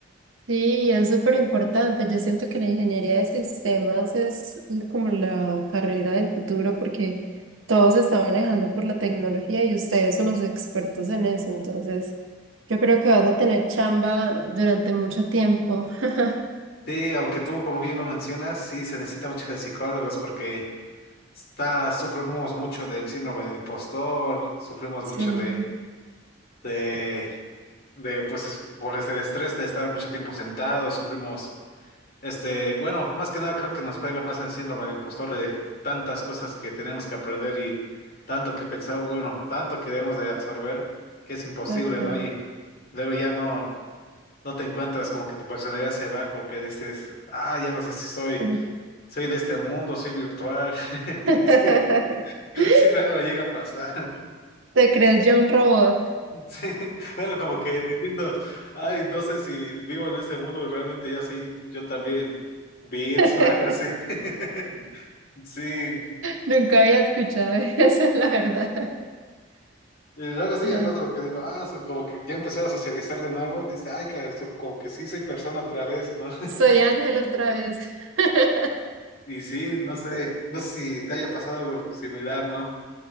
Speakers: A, on the right; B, on the left.
A: Sí, es súper importante. Yo siento que la ingeniería de sistemas es como la carrera del futuro porque todo se está manejando por la tecnología y ustedes son los expertos en eso. Entonces, yo creo que vas a tener chamba durante mucho tiempo. <laughs>
B: Sí, aunque tú, como bien lo mencionas, sí se necesita mucho de psicólogos porque está, sufrimos mucho del síndrome del impostor, sufrimos
A: Sí.
B: mucho de, de, de, pues, es- por el estrés de estar mucho tiempo sentados, sufrimos Este, bueno, más que nada creo que nos pega más en síndrome del impostor de tantas cosas que tenemos que aprender y tanto que pensar, bueno, tanto que debemos de absorber, que es imposible,
A: Total.
B: ¿no? Y luego ya no, no te encuentras, como que tu personalidad se va, como que dices, ah, ya no sé si soy,
A: Ujú.
B: soy de este mundo, soy virtual. <laughs>
A: <laughs>
B: Sí, sí, luego llega a pasar.
A: Te crees ya un robot.
B: <laughs> Sí, bueno, como que diciendo, ay, no sé si vivo en ese mundo y realmente ya soy yo también bits
A: <laughs>
B: o algo así. <laughs> Sí,
A: Nunca había escuchado eso, la verdad.
B: y luego sí
A: Ay,
B: me pasa lo que digo, ah, so- como que ya empezar a socializar de nuevo, dice, ay, cara, so- como que sí soy persona otra vez, ¿no? <laughs>
A: Soy Ángel otra vez. <laughs>
B: Y sí, no sé, no sé si te haya pasado algo similar, ¿no?